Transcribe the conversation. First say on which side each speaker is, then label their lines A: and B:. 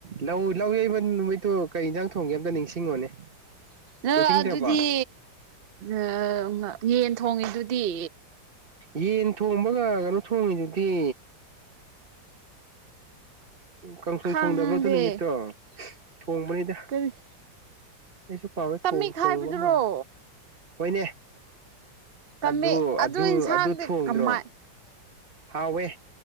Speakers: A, on the right; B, on the right.
A: ꯂꯧ ꯂꯧ ꯌꯩꯕ ꯅꯨꯃꯤꯠꯇꯨ ꯀꯩ ꯏꯟꯖꯥꯡ ꯊꯣꯡꯒꯦ ꯑꯝꯇ ꯅꯤꯡꯁꯤꯡꯉꯣꯅꯦ
B: ꯅꯪ
A: ꯅꯤꯡꯁꯤꯡꯗ꯭ꯔꯕꯣ
B: ꯑꯗꯨꯗꯤ ꯑꯥ ꯌꯦꯟ ꯊꯣꯡꯉꯤꯗꯨꯗꯤ
A: ꯌꯦꯟ ꯊꯣꯡꯕꯒ ꯀꯩꯅꯨ ꯊꯣꯡꯉꯤꯗꯨꯗꯤ ꯀꯥꯡꯁꯣꯏ
B: ꯈꯪꯗꯦ
A: ꯊꯣꯡꯗꯕ꯭ꯔ ꯑꯗꯨ ꯅꯨꯃꯤꯠꯇꯣ ꯊꯣꯡꯕꯅꯤꯗ
B: <inaudible>
A: ꯑꯩꯁꯨ ꯀꯥꯎꯏ
B: ꯇꯝꯃꯤꯛ
A: ꯊꯣꯡ ꯊꯣꯡꯕ
B: ꯍꯥꯏꯕꯗꯨꯔꯣ
A: ꯃꯥꯜꯂꯤ ꯍꯣꯏꯅꯦ
B: ꯇꯝꯃꯤꯛ
A: ꯑꯗꯨ ꯑꯗꯨ
B: ꯏꯟꯁꯥꯡꯗꯤ
A: ꯑꯗꯨ ꯊꯣꯡꯗ꯭ꯔꯣ
B: ꯀꯃꯥꯏ
A: ꯍꯥꯎꯋꯦ